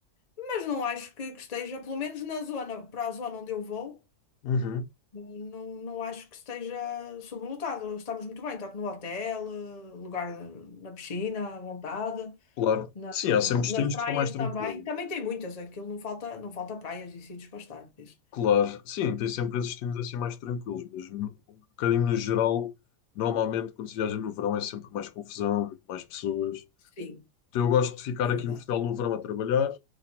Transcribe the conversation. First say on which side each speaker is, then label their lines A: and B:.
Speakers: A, on the left; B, on the left.
A: Mas não acho que, que esteja, pelo menos na zona, para a zona onde eu vou,
B: Uhum,
A: não, não acho que esteja sobrelotado. Estamos muito bem, tanto no hotel, eh, lugar na piscina, à vontade,
B: claro.
A: na-
B: Sim, há
A: nas
B: sempre destinos
A: praias
B: que são mais tranquilos.
A: também. Também tem muitas, aquilo não falta, não falta praias e sítios para estar, por isso.
B: Claro, sim, tem sempre esses destinos assim mais tranquilos, mas no- um bocadinho no geral, normalmente quando se viaja no verão é sempre mais confusão, muito mais pessoas.
A: Sim,
B: Então eu gosto de ficar
A: é
B: aqui
A: verdade.
B: em Portugal no verão a trabalhar